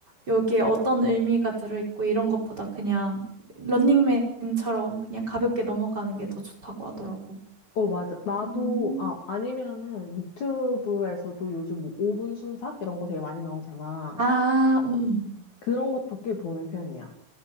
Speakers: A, on the right; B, on the left.
A: 여기에 어떤 의미가 들어있고 이런 것보다 그냥 런닝맨처럼 그냥 가볍게 넘어가는 게 더 좋다고 하더라고.
B: 어, 맞아. 나도,
A: 음.
B: 아, 아니면은 유튜브에서도 요즘 뭐 5분 순삭? 이런 거 되게 많이 나오잖아.
A: 아, 음, 음.
B: 그런 것도 꽤 보는 편이야.